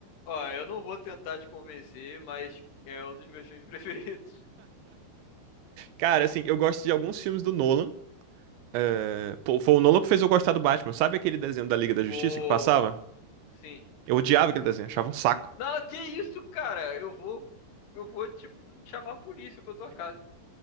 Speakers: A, on the left; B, on the right.
A: ó, eu não vou tentar te convencer, mas é um dos meus filmes <laughs> preferidos.
B: Cara, assim, eu gosto de alguns filmes do Nolan. É, pô, foi o Nolan que fez eu gostar do Batman. Sabe aquele desenho da Liga da Justiça
A: Pô,
B: que passava?
A: sim.
B: Eu odiava aquele desenho, achava um saco.
A: Não, que isso, cara? Eu vou, eu vou te chamar a polícia pra tua casa.